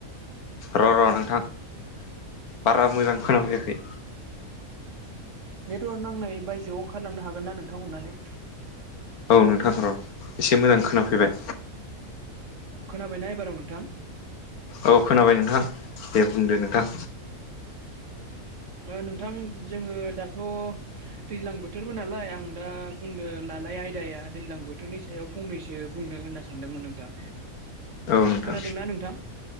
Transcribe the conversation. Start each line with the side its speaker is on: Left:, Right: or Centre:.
Left: र' र' नोंथां बारा मोजां खोनफैयाखै।
Right: नेटवार्क नांनाय बायजोआव ओंखारलांनो हागोन ना नोंथां अननानै
Left: औ नोंथां र' एसे मोजां खोनाफैबाय।
Right: औ खोनाबायना एबाराव नोंथां?
Left: औ खोनाबाय नोंथां दे बुंदो नोंथां
Right: ओ नोंथां जोङो दा थ' दैज्लां बोथोरबो नालाय आं दा बुंनो लानाय आयदाया दैज्लां बोथोरनि सायाव फंनैसो बुंनो होनना सानदोंमोन नोंथां
Left: औ नोंथां
Right: खोनादोंना नोंथां